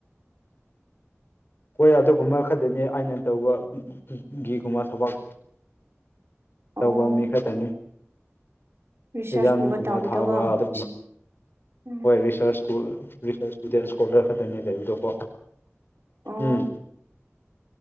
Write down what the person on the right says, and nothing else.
ꯑꯣ
ꯔꯤꯁꯔꯁꯀꯨꯝꯕ
ꯇꯧꯕꯗꯣꯀꯣ
ꯎꯝ
ꯑꯣ